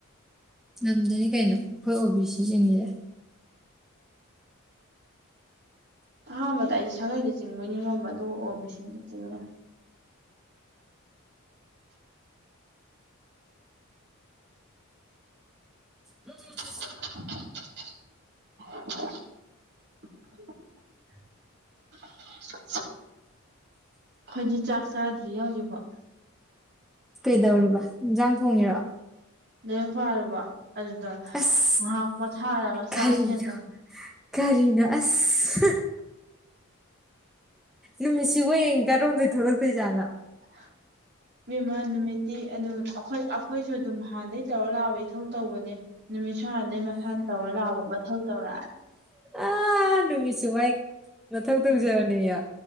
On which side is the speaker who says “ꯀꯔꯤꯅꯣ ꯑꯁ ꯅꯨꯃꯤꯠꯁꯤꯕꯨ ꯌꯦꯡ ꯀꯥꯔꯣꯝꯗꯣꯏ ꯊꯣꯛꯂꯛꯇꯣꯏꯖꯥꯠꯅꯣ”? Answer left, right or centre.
Centre